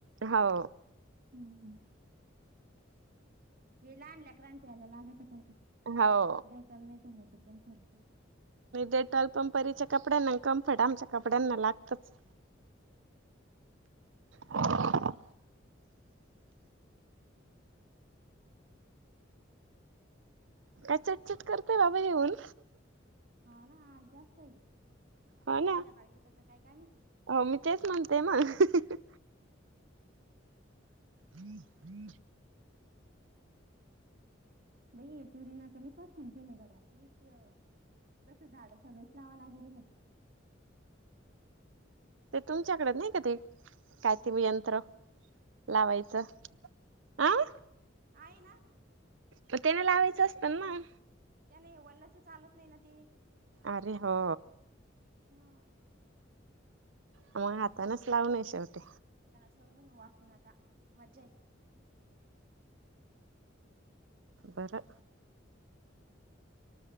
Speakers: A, on the right; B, on the right.
A: हो
B: हम्म हम् हे लहान लेकरांच्या याला लागा पण
A: हो
B: डेटॉल नाही तर मध्ये कम्फर्ट
A: डेटॉल कंपनीचं कपड्यांना कमफट आमच्या कपड्यांना लागतच
B: हा ह
A: ह. काय चटचट करतय बया येेऊन
B: हा ना आज जास्त आहे.
A: हो
B: संध्याकाळी
A: ना
B: येतं का काय काय माहिती?
A: हो मी तेच म्हणते मग. हमम हम्
B: बई तुर ना तले परेशान केल्या गड्या. जस झाड सगळेच लावा लागले.
A: ते तुमच्याकडे नाही काय ते यंत्र लावायचं हं
B: आयना.
A: मग त्याने लावायचं असतं ना
B: त्या नाही वल्लाचं चालत नाही ना ते
A: आरे हो
B: हं.
A: मग हातानेचं लावणं शेवटी
B: स वा <unintelligible> सु नाता मज्जा आहे.
A: बरं